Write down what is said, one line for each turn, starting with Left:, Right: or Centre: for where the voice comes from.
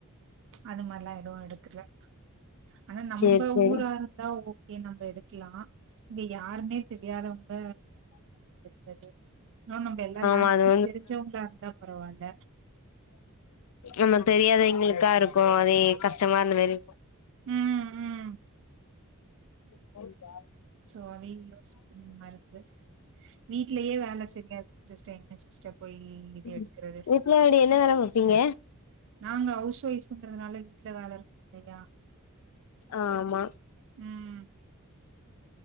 Right: அது மாரிலா எதுவு எடு க்ரைட் ஆனா நம்ம
Left: சேரி சேரி
Right: ஊரா இருந்தா ஓ கே நம்ம எடுக்லா இங்க யாருமே தெரியாதவங்க எக்றது ன்னு நம்ம எல்லா லாங்வேஜும்
Left: ஆமா அது
Right: தெரிஞ்சவங்களா இருந்தா பரவால
Left: ஆமா தெரியாத எங்களுக் க்கா இருக்கு அதே கஷ்டமா இருந்த மாதிருக்கு
Right: ம், ம்.
Left: போவா
Right: சோரி யோசிக்கணுமா இருக்கு வீட்லேயே வேல செரியா இருக்கு சிஸ்டர் எங் சிஸ்டர் போய் இது
Left: ம்
Right: எடுக்கறது
Left: வீட்ல அப்டி என்ன வேல பாப்பீங்க
Right: நாங்க ஹவுஸ் ஒய்ஃப்ங்றதுனால வீட்ல வேல இருக்கு இல்லையா
Left: ஆ ஆமா
Right: ம்